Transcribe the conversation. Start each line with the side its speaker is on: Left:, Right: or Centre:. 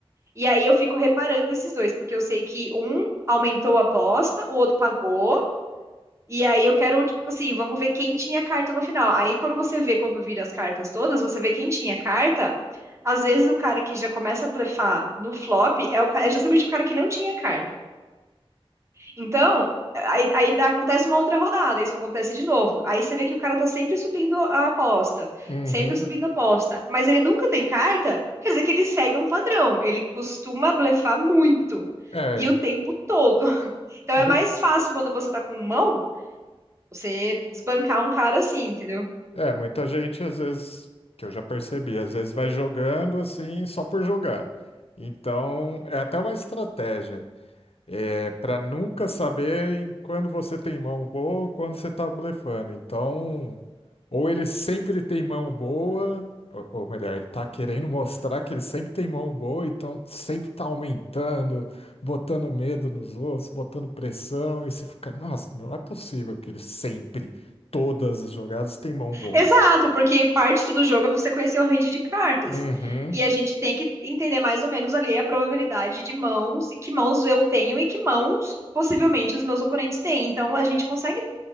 Right: E aí eu fico reparando esses dois, porque eu sei que um aumentou a aposta, o outro pagou. E aí eu quero, tipo assim, vamos ver quem tinha carta no final. Aí quando você vê, quando vira as cartas todas, você vê quem tinha carta. Às vezes o cara que já começa a blefar no flop é, o, ca- é justamente o cara que não tinha carta. Então, aí, aí dá- acontece uma outra rodada, isso acontece de novo. Aí você vê que o cara tá sempre subindo a aposta,
Left: Uhum.
Right: sempre subindo a aposta, mas ele nunca tem carta, quer dizer que ele segue um padrão, ele costuma blefar muito.
Left: É,
Right: E o tempo todo. <laughs> Então é
Left: mui-
Right: mais fácil quando você tá com mão, você desbancar um cara assim, entendeu?
Left: é, muita gente às vezes, que eu já percebi, às vezes vai jogando assim só por jogar. Então, é até uma estratégia. É para nunca saber em quando você tem mão boa ou quando você tá blefando. Então, ou ele sempre tem mão boa, ou, ou melhor, ele tá querendo mostrar que ele sempre tem mão boa, então sempre tá aumentando, botando medo nos outros, botando pressão, e você fica, nossa, não é possível que ele sempre, todas as jogadas, tem mão boa.
Right: Exato, porque parte do jogo é você conhecer o range de cartas.
Left: Uhum,
Right: E a gente tem que entender mais ou menos ali a probabilidade de mãos e que mãos eu tenho e que mãos possivelmente os meus oponentes têm. Então a gente consegue